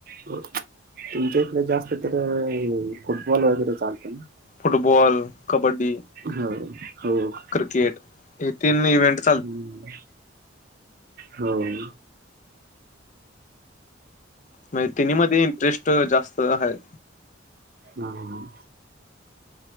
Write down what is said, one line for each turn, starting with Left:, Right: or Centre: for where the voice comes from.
Right: तुमच्या इकडे जास्त तर अ -फुटबॉल वगैरे चालत ना?
Left: फुटबॉल, कबड्डी.
Right: होय. हो.
Left: क्रिकेट. हे तीन इव्हेन्ट -
Right: हम्म. होय.
Left: म्हणजे तिनी मध्ये इंटरेस्ट जास्त हाये.
Right: हां. हां. हं.